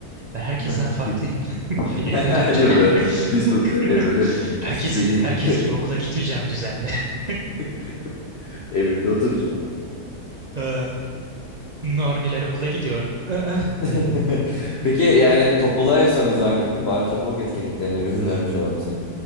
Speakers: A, on the right; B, on the left.
A: Ben herkesten
B: Ben farklıyım.
A: farklıyım. <laughs>
B: <laughs>
A: Evime döneceğim.
B: Değil mi? Böyle,
A: <laughs>
B: biz bu evime döneceğim.
A: Herkes
B: Gitmeliyim.
A: gi- herkes gibi okula gitmeyeceğim düzenli. <laughs>
B: <laughs> Evimde oturacağım.
A: Ee, Normiler okula gidiyor. <laughs>
B: <laughs> Peki yani topluluğa en son ne zaman gittin? Bari topluluk etkinliklerine <laughs> göndermiş olalım seni.